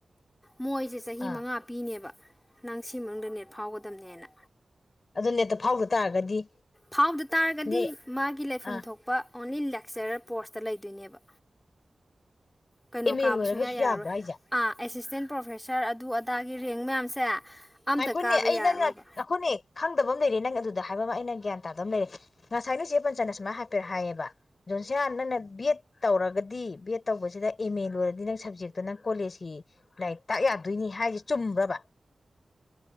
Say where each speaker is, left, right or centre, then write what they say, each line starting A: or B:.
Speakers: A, on the left; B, on the left.
A: ꯃꯣꯏꯁꯦ ꯆꯍꯤ
B: ꯑꯥ
A: ꯃꯉꯥ ꯄꯤꯅꯦꯕ ꯅꯪ ꯁꯤ ꯃꯅꯨꯡꯗ ꯅꯦꯠ ꯐꯥꯎꯒꯗꯕꯅꯦꯅ
B: ꯑꯗꯨ ꯅꯦꯠꯇ ꯐꯥꯎꯗ ꯇꯥꯔꯒꯗꯤ
A: ꯐꯥꯎꯗ ꯇꯥꯔꯒꯗꯤ
B: ꯁꯨꯡꯂꯩ
A: ꯃꯥꯒꯤ ꯂꯩꯐꯝ
B: ꯑꯥ
A: ꯊꯣꯛꯄ ꯑꯣꯡꯂꯤ ꯂꯦꯛꯆꯔꯔ ꯄꯣꯔꯁꯇ ꯂꯩꯗꯣꯏꯅꯦꯕ ꯀꯩꯅꯣ
B: ꯑꯦꯝ
A: ꯀꯥꯕ
B: ꯑꯦ ꯂꯣꯏꯔꯒꯁꯨ
A: ꯁꯨꯡꯌꯥ ꯌꯥꯔꯔꯣꯏ
B: ꯌꯥꯕ꯭ꯔꯥ ꯍꯥꯏꯁꯦ
A: ꯑꯥꯁ ꯑꯦꯁꯤꯁꯇꯦꯟ ꯄ꯭ꯔꯣꯐꯦꯁꯔ ꯑꯗꯨ ꯑꯗꯥꯒꯤ ꯔꯦꯡ ꯃꯌꯥꯝꯁꯦ ꯑꯝꯇ
B: ꯅꯈꯣꯏꯅꯦ
A: ꯀꯥꯕ
B: ꯑꯩ
A: ꯌꯥꯔꯔꯣꯏꯕ
B: ꯅꯪꯅ ꯅꯈꯣꯏꯅꯦ ꯈꯪꯗꯕ ꯑꯃ ꯂꯩꯔꯦ ꯅꯪ ꯑꯗꯨꯗ ꯍꯥꯏꯕ ꯑꯩꯅ ꯒ꯭ꯌꯥꯟ ꯇꯥꯗꯕ ꯂꯩꯔꯦ ꯉꯁꯥꯏ ꯅꯣꯏꯁꯦ ꯄꯟꯆꯅ ꯁꯨꯃ ꯍꯥꯏꯄꯦꯔꯦ ꯍꯥꯏꯌꯦꯕ ꯣꯟꯁꯤꯦꯌꯥꯅꯅꯦꯕꯤ ꯇꯧꯔꯒꯗꯤ ꯕꯤ ꯑꯦꯗ ꯇꯧꯕꯁꯤꯗ ꯑꯦꯝ ꯑꯦ ꯂꯣꯏꯔꯗꯤ ꯅꯪ ꯁꯕꯖꯦꯛꯇꯣ ꯅꯪ ꯀꯣꯂꯦꯖꯀꯤ ꯂꯥꯏꯔꯤꯛ ꯇꯥꯛ ꯌꯥꯗꯣꯏꯅꯤ ꯍꯥꯏꯁꯦ ꯆꯨꯝꯕ꯭ꯔꯕ